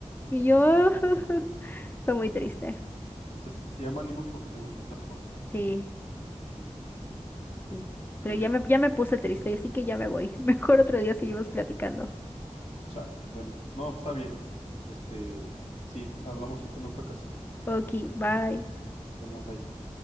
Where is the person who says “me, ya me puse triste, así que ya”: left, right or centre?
Left